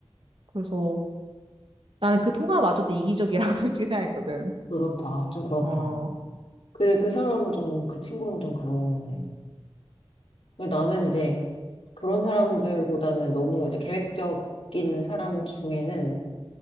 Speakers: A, on the right; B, on the left.
A: 그래서 나는 그 통화마저도 이기적이라고 <laughs> 솔직히 생각했거든.
B: 그렇다. 좀 그렇다.
A: 어,
B: 그, 그 사람은 좀, 그 친구는 좀 그러네. 근데 나는 이제 그런 사람들보다는 너무 이제 계획적인 사람 중에는